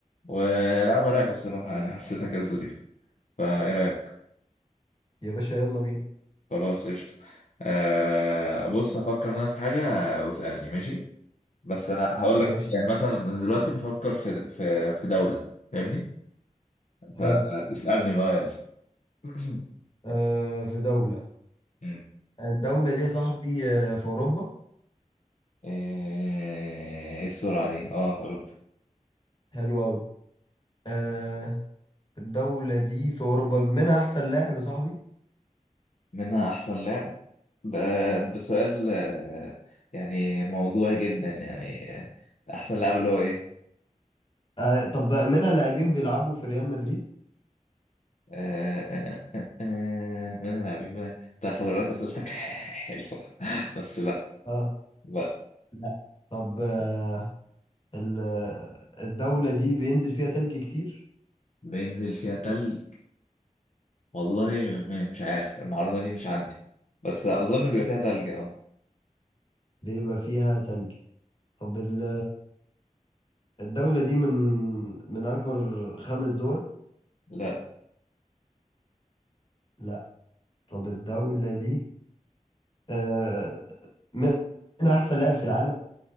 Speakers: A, on the left; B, on the left.
A: ولعبة رايقة بصراحة انا حسيتها كده ظريفة فايه رأيك
B: يا باشا يلا بينا
A: خلاص قشطة آه بص هفكر انا في حاجة واسألني ماشي بس انا هقول
B: ماشي
A: لك يعني مثلا انا دلوقتي بفكر في في في دولة فاهمني
B: حلو
A: فاسألني بقى يلا <clears throat>
B: آه في دوله
A: مم.
B: الدوله دي يا صاحبي آه في اوروبا
A: ايه إيه السرعة دي اه في اوروبا
B: حلو قوي آه الدوله دي في اوروبا منها احسن لاعب يا صاحبي
A: منها احسن لعب ده ده سؤال آه، يعني موضوعي جدا يعني آه، احسن لاعب اللي هو ايه
B: آه طب منها لاعبين بيلعبوا في ريال مدريد
A: آه، آه، آه، آه، منها لاعبين منها ده خلي بالك اسئلتك <laughs> حلوه بس لا
B: اه
A: لا
B: لا طب آه ال- الدولة دي بينزل فيها تلج كتير
A: بينزل فيها تلج والله م- م- مش عارف المعلومه دي مش عندي بس اظن بيبقى فيها تلج اه
B: بيبقى فيها تلج طب ال- الدولة دي من من أكبر خمس دول
A: لا
B: لا طب الدولة دي آه، من من أحسن لاعب في العالم